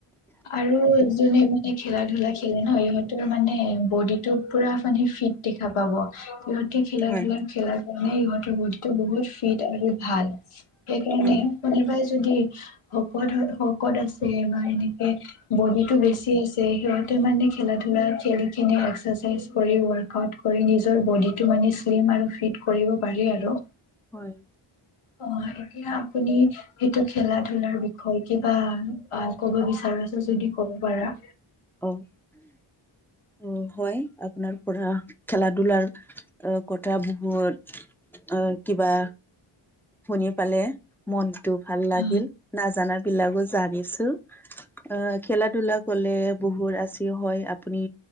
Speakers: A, on the left; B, in the centre.
A: আৰু জোনে মানে খেলা ধূলা খেলে সিঁহতৰ মানে বডিটো পুৰা মানে ফিট দেখা পাব, সিহ খেলা
B: হয়
A: ধূলাৰ খেলাৰ কাৰণে ইহঁতৰ বডিটো বহুত ফিট আৰু ভাল, সেইকাৰণে
B: হয়
A: <unintelligible> যদি শকত হয় শকত আছে বা এনেকে বডিটো বেছি <unintelligible> সিহঁতে মানে খেলা ধূলা খেলখিনে এক্সাৰচাইজ কৰি ৱৰ্কআউট কৰি নিজৰ বডিটো মানে শ্লিম আৰু ফিট কৰিব পাৰি আৰু।
B: হয়।
A: অ' এতিয়া আপুনি এইটো খেলা ধূলাৰ বিষয়ে কি <unintelligible> বা ক'ব বিচাৰিছোঁ যদি ক'ব পাৰা।
B: অ', অ', হয় আপোনাৰ পৰা খেলা ধূলাৰ কথা বহুত অ' কিবা শুনি পালে মনটো ভাল
A: অ',
B: লাগিল, নাজানাৰ বিলাকো জানিছোঁ, অ' খেলা ধূলা ক'লে বহুৰ আছে হয় আপুনি